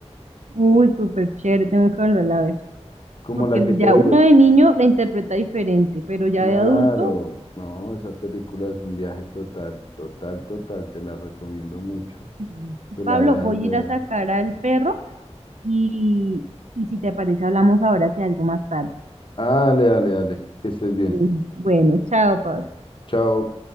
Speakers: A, on the right; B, on the left.
A: Uy, súper chévere, tengo que volverla a ver,
B: como
A: porque
B: la que te
A: ya
B: digo,
A: uno de niño la interpreta diferente, pero ya
B: Claro,
A: de adulto,
B: no, esa película es un viaje total, total, total, te la recomiendo mucho,
A: mm,
B: que
A: Pablo,
B: la veas
A: voy
B: de...
A: a ir a sacar al perro y, y si te parece hablamos ahora si algo más tarde.
B: Ah, dale, dale, dale, que estés bien,
A: Mm, Bueno, chao, Pablo.
B: chao.